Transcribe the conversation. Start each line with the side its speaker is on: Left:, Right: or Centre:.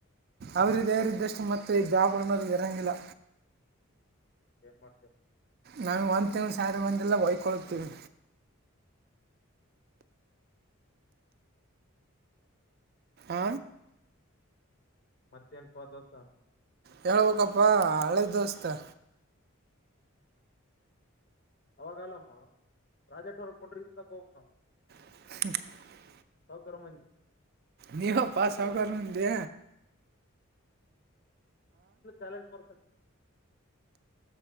Right: ಅವ್ರಿಗೆ ಧೈರ್ಯ ಇದ್ದಷ್ಟು ಮತ್ತೆ ಈ ಜಾಬ್ಗಳೋ ಗ ಇರಂಗಿಲ್ಲ
Left: ಏನ್ ಮಾಡ್ತ್ಯೋ
Right: ನಾವ್ ಒಂದ್ ತಿಂಗಳು ಸ್ಯಾಲರಿ ಬಂದಿಲ್ಲ ಹೊಯ್ಕೊಳ್ಳತೀವಿ ಹ
Left: ಮತ್ತೇನ್ ಪ ದೋಸ್ತ
Right: ಹೇಳ್ಬೇಕಪ್ಪ ಹಳೆ ದೋಸ್ತ
Left: ಅವಾಗಾಲಮ್ಮ ಪ್ರಾಜೆಕ್ಟ್ ವರ್ಕ್ ಕೊಡ್ರ ಇಂತ ಹೋಗ್ಬೇಕ್ ನಾವು
Right: <inaudible>
Left: ಸಾಹುಕಾರ್ ಮಂದಿ
Right: ನೀವಪ್ಪ
Left: ಅಲ್ಕದ್ರ
Right: ಸಾವ್ಕಾರ್ ಮಂದಿ
Left: ಟಾಲಂಟ್ ಪರ್ಸನ್